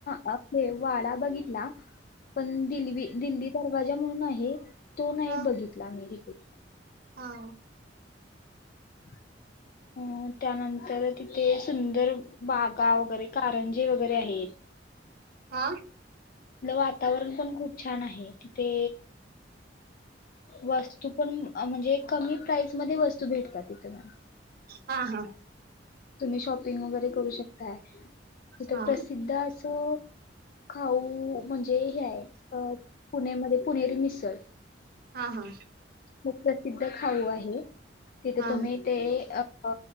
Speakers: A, on the left (about 50°); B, on the right (about 55°).
A: अ ते वाडा बघितला. पण दिल्वी दिल्ली. वाजा म्हणून आहे. तो नाही
B: हा
A: बघितला मी रिपोट.
B: हा
A: <inaudible> अ त्यानंतर तिथे सुंदर बागा वगैरे कारंजे वगैरे आहेत.
B: आ
A: तिथलं वातावरण पण खूप छान आहे तिथे वस्तू पण अ म्हणजे कमी प्राईस मध्ये वस्तू भेटतात तिथे. <unintelligible>
B: हा हा.
A: तुम्ही शॉपिंग वगैरे करू शक ताय. तिथ
B: हा
A: प्रसिद्ध अस तर खाऊ वू म्हणजे हे आय <unintelligible> पुणेमध्ये पुणेरी मिसळ.
B: हा हा
A: खूप प्रसिद्ध खाऊ आहे. होय. तिथं
B: हा
A: तुम्ही ते अ अ